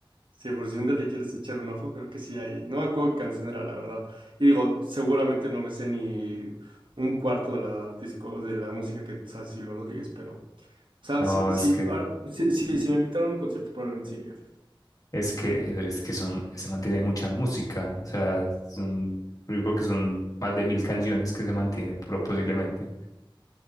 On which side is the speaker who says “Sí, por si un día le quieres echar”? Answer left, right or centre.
Right